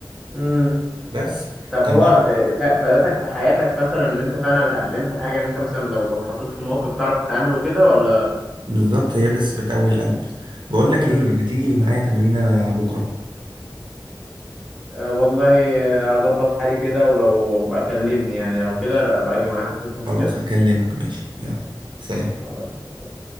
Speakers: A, in the centre; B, on the right.
A: امم
B: بس
A: طب
B: طب
A: هو
B: بقول
A: آه، ف- فادتك في حياتك مثلا ان انت فعلا اتعلمت حاجه ان انت مثلا لو اتحطيت في موقف تعرف تتعامل وكده ولا
B: بالظبط هي بس بتقوي القلب بقول لك
A: امم
B: ايه ما تيجي معايا تمرينة بكرة
A: آه والله آه، هظبط حالي كده ولو بقى كلمني يعني لو
B: ماشي
A: كده لا باجي معاك مفيش مشكله
B: خلاص هكلمك ماشي يلا سلام
A: خلاص.